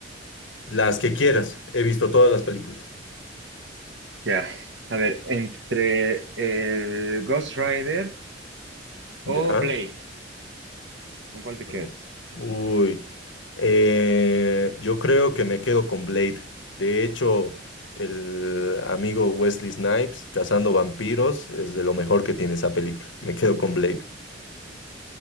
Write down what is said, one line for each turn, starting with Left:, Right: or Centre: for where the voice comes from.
Left: Las que quieras. He visto todas las películas.
Right: Ya, a ver, entre el Ghost Rider
Left: ¿Ya?
Right: o Blade, ¿con cuál te
Left: No.
Right: quedas?
Left: Uy, Eh, yo creo que me quedo con Blade. De hecho, el amigo Wesley Snipes, Cazando Vampiros, es de lo mejor que tiene esa película. Me quedo con Blade.